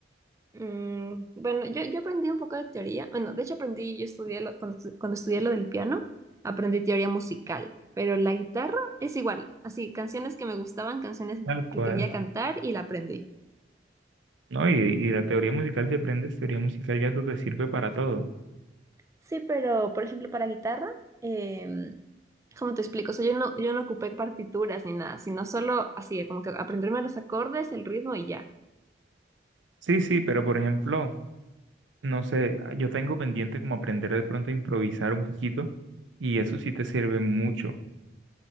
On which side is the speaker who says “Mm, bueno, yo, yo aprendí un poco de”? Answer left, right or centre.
Right